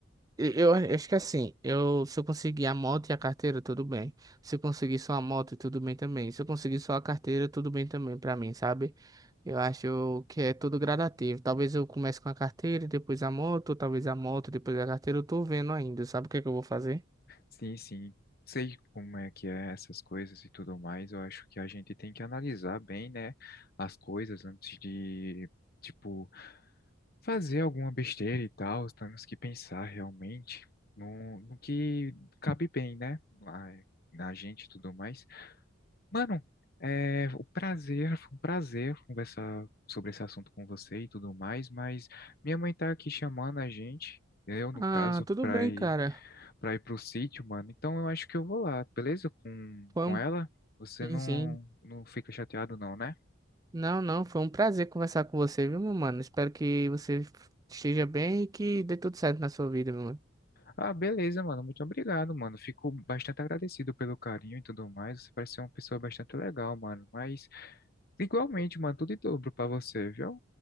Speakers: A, on the right; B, on the left.
A: Eu, eu acho que assim, eu, se eu conseguir a moto e a carteira, tudo bem. Se eu conseguir só a moto, tudo bem também. Se eu conseguir só a carteira, tudo bem também pra mim, sabe? Eu acho que é tudo gradativo. Talvez eu comece com a carteira e depois a moto, talvez a moto, depois a carteira. Eu tô vendo ainda, sabe o que é que eu vou fazer?
B: Sim, sim. Sei como é que é essas coisas e tudo mais. Eu acho que a gente tem que analisar bem, né? As coisas antes de, tipo... fazer alguma besteira e tal, temos que pensar realmente no, no que cabe bem, né? Na, na gente e tudo mais. Mano, é o prazer, foi um prazer conversar sobre esse assunto com você e tudo mais, mas minha mãe tá aqui chamando a gente, eu no
A: Ah,
B: caso,
A: tudo
B: pra
A: bem,
B: ir,
A: cara.
B: pra ir pro sítio, mano. Então eu acho que eu vou lá, beleza? Com,
A: Foi
B: com
A: um...
B: ela, você
A: Sim,
B: não,
A: sim.
B: não fica chateado não, né?
A: Não, não, foi um prazer conversar com você, viu, meu mano? Espero que você esteja bem e que dê tudo certo na sua vida, meu mano.
B: Ah, beleza, mano. Muito obrigado, mano. Fico bastante agradecido pelo carinho e tudo mais. Você parece ser uma pessoa bastante legal, mano. Mas, igualmente, mano, tudo em dobro pra você, viu?